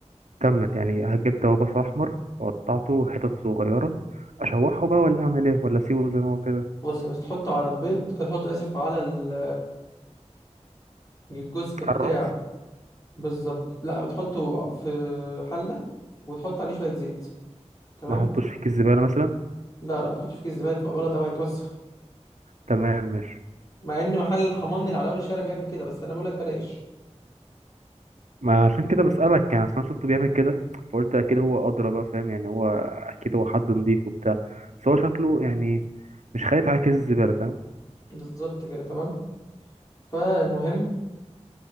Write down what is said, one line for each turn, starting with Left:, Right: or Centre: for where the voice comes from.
Right: كمل يعني هجيب هو بصل أحمر وقطعته حتت صغيرة أشوحه بقى ولا أعمل ايه ولا أسيبه زي ما هو كده
Left: بص بس تحطه على البيض تحط آسف على ال الجزء بتاع
Right: الرز
Left: بالظبط لا بتحطه في حلة وتحط عليه شوية زيت تمام
Right: ما احطوش في كيس زبالة مثلا
Left: لا لا ما تحطش في كيس الزبالة تبقى غلط أوي هيتوسخ
Right: تمام ماشي
Left: مع إن محل الحماني اللي على أول الشارع بيعمل كده بس أنا بقولك بلاش
Right: ما عشان كده بسألك يعني أصل أنا شفته بيعمل كده فقلت أكيد هو أدرى بقى فاهم يعني هو أكيد هو حد نضيف وبتاع بس هو شكله يعني مش خايف على كيس الزبالة فاهم
Left: بالظبط كده تمام فالمهم